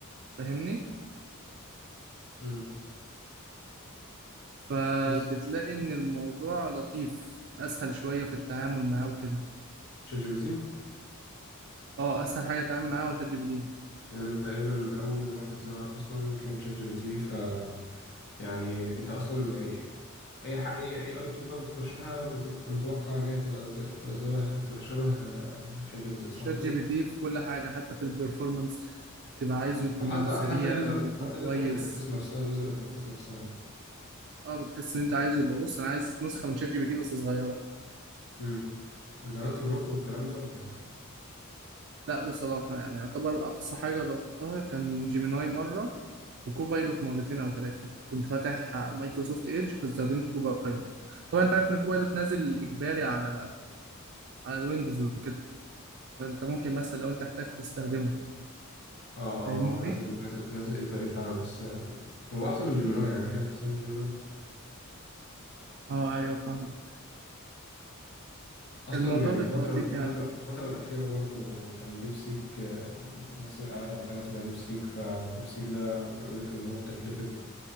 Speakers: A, on the right; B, on the left.
A: فاهمني
B: مم.
A: فبتلاقي
B: بص
A: ان الموضوع لطيف اسهل شويه في التعامل معاه وكده
B: تشات جي بي تي
A: اه اسهل حاجه تتعامل معاه هو شات جي بي تي
B: لان تقريبا اول واحد ظهر اصلا كان تشات جي بي تي ف يعني انت اصلا يعني اي ح- اي اي اي تول بقى بتخشها بتبقى متوقع ان هي تبقى ز... تبقى شبه تبقى شبه آه، شات جي بي تي صح
A: شات
B: كده
A: جي بي تي في كل حاجه حتى في البرفورمانس تبقى عايزه يكون
B: او حتى
A: سريع
B: حتى اليوزر
A: ويكون
B: حتى
A: كويس
B: اليوزر انترفيس نفسها اليوزر انترفيس نفسها
A: اه بتحس ان انت عايزه يبقى بص انا عايز نسخه من شات جي بي تي بس صغيره
B: امم جربت جروك والكلام ده ولا
A: لا بصراحه يعني يعتبر اقصى حاجه جربتها كان جيميناي مره وكوبايلوت مرتين او ثلاثه كنت فاتح مايكروسوفت ايدج فاستخدمت كوبايلوت طبعا انت عارف ان كوبايلوت نازل اجباري على على الويندوز وكده فانت ممكن مثلا لو انت احتاجت تستخدمه
B: اه اه
A: فاهمني
B: هو نازل نازل نازل اجباري فعلا بس آه، هو احسن من جيميناي يعني انا شايف احسن من جيميناي
A: اه ايوه فاهم
B: اصلا
A: الموضوع
B: يعني
A: بيبقى
B: في الفتره
A: لطيف
B: الفتره
A: يعني
B: في الفتره الاخيره برضو كان ديب سيك آه، كان ياسر قاعد عن حاجه اسمها ديب سيك فديب سيك ده بيقول لك ان هو بتكلفه